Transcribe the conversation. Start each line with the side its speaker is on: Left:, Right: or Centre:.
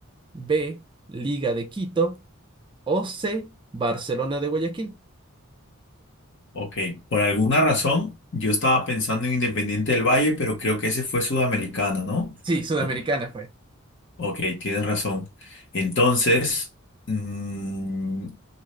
Right: B, Liga de Quito o C, Barcelona de Guayaquil.
Left: Ok, por alguna razón yo estaba pensando en Independiente del Valle, pero creo que ese fue Sudamericana, ¿no?
Right: Sí, Sudamericana
Left: Ok.
Right: fue.
Left: Ok, tienes razón. Entonces, mm,